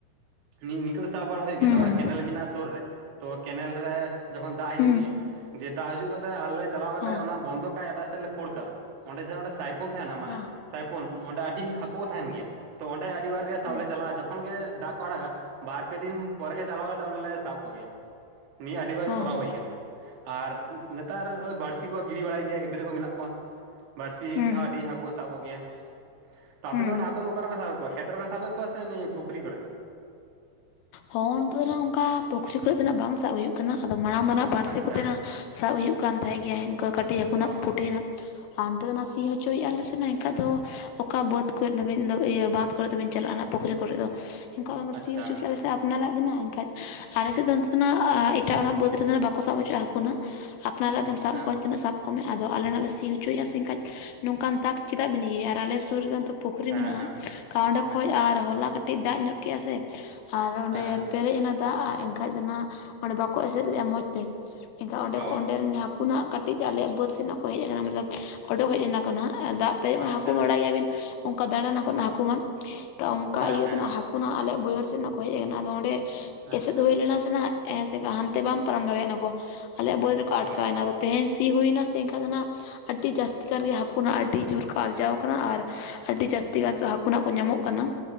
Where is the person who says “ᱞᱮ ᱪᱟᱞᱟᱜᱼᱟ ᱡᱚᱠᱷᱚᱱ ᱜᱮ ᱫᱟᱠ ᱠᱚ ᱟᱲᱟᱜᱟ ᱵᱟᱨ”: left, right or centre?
Right